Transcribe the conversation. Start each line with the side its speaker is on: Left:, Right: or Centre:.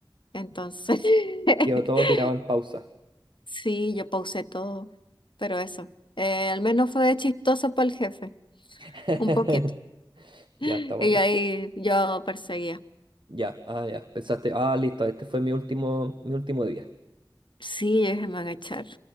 Left: Entonces...
Right: Quedó
Left: <laughs>
Right: todo tirado en pausa.
Left: Sí, yo pausé todo, pero eso, eh, al menos fue chistoso para el jefe,
Right: <laughs>
Left: un poquito. <laughs>
Right: Ya está bueno.
Left: Y ahí yo perseguía.
Right: Ya, ah, ya. Pensaste, ah, listo, este fue mi último, mi último día.
Left: Sí, yo dije, me van a echar.